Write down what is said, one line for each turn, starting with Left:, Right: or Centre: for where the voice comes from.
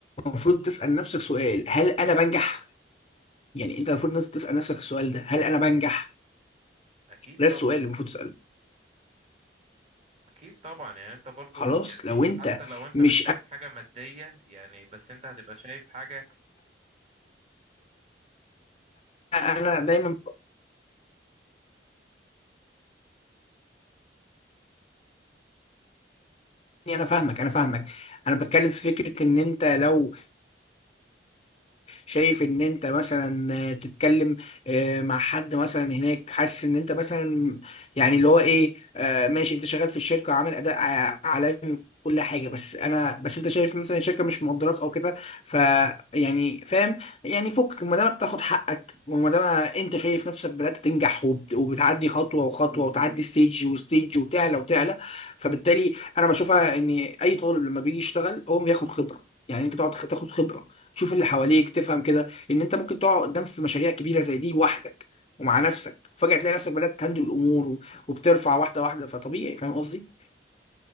Left: المفروض تسال نفسك سؤال هل انا بنجح يعني انت المفروض ناس تسال نفسك السؤال ده هل انا بنجح
Right: اكيد
Left: ده
Right: طبعا.
Left: السؤال اللي المفروض تساله
Right: اكيد طبعا يعني انت برضو
Left: خلاص
Right: يعني
Left: لو انت
Right: حتى لو انت
Left: مش
Right: مش شايف حاجة مادية يعني بس انت هتبقى شايف حاجة
Left: انا دايما بقول إني انا فاهمك انا فاهمك انا بتكلم في فكره ان انت لو شايف ان انت مثلا تتكلم آه، مع حد مثلا هناك حاسس ان انت مثلا يعني اللي هو ايه آه، ماشي انت شغال في الشركه وعامل اداء ع- عالمي كل حاجه بس انا بس انت شايف مثلا الشركه مش مقدراك او كده ف يعني فاهم يعني فكك ما دام بتاخد حقك وما دام انت شايف نفسك بدات تنجح وبت- وبتعدي خطوه وخطوه وتعدي ستيج وستيج وتعلى وتعلى فبالتالي انا بشوفها ان اي طالب لما بيجي يشتغل هو بياخد خبره يعني انت تقعد تاخد خبره تشوف اللي حواليك تفهم كده ان انت ممكن تقع قدام في مشاريع كبيره زي دي لوحدك ومع نفسك وفجاه تلاقي نفسك بدات تهندل الامور و- وبترفع واحده واحده فطبيعي فاهم قصدي